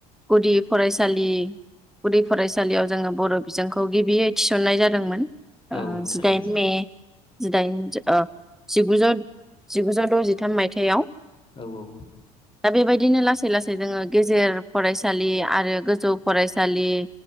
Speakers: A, in the centre; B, on the left.
A: गुदि फरायसालि गुदि फरायसालियाव जोङो बर' बिजोंखौ गिबियै थिसननाय जादोंमोन
B: औ
A: ओ
B: थारैनो
A: जिदाइन मे जिदाइन ज ओ जिगुजौ जिगुजौ द'जिथाम मायथ याव
B: औ औ
A: दा बेबायदिनो लासै लासै जोङो गेजेर फरायसालि आरो गोजौ फरायसालि